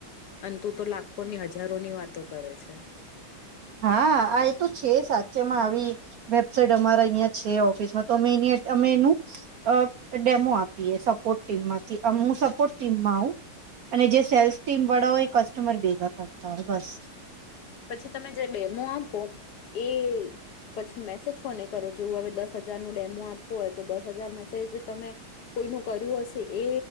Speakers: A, on the left; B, on the right.
A: અને તું તો લાખોની, હજારો ની વાતો કરે છે.
B: હા.. આ, એ તો છે સાચેમાં આવી. વેબસાઇટ અમારા અહીંયા છે, ઓફિસમાં તો અમે એની અમે એનું. અ ડેમો આપીએ સપોર્ટ ટીમમાંથી, હું સપોર્ટ ટીમમાં આવું. અને જે સેલ્સ ટીમ વાળા હોય એ કસ્ટમર ભેગા કરતા હોય બસ.
A: પછી તમે જે ડેમો આપો એ... પછી મેસેજ કોને કરો જેવું હવે દસ હજાર નો ડેમો આપવું હોય તો, દસ હજાર મેસેજ તમે કોઈનું કર્યું હશે એ